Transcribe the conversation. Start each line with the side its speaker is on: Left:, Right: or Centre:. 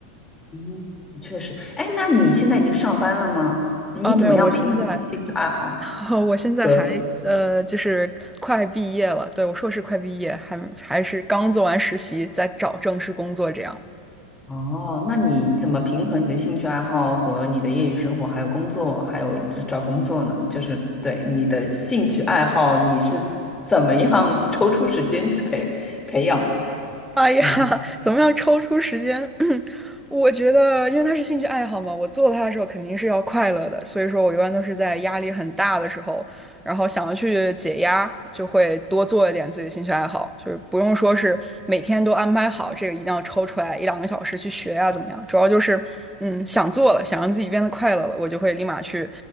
Left: 嗯，确实。哎，那你现在已经上班了吗？你怎么样平衡你的兴趣爱好
Centre: 啊，没有，我现在，<laughs> 我现在还呃，
Left: 和？
Centre: 就是快毕业了，对，我硕士快毕业，还还是刚做完实习，在找正式工作这样。
Left: 哦，那你怎么平衡你的兴趣爱好和你的业余生活，还有工作，还有这找工作呢？就是对你的兴趣爱好，你是怎么样抽出时间去培培养的？
Centre: <laughs> 哎呀，
Left: 嗯。
Centre: <laughs> 怎么样抽出时间？<clears throat> 我觉得，因为它是兴趣爱好嘛，我做它的时候肯定是要快乐的，所以说我一般都是在压力很大的时候，然后想要去解压，就会多做一点自己兴趣爱好，就是不用说是每天都安排好，这个一定要抽出来一两个小时去学呀、怎么样？主要就是，嗯，想做了，想让自己变得快乐了，我就会立马去，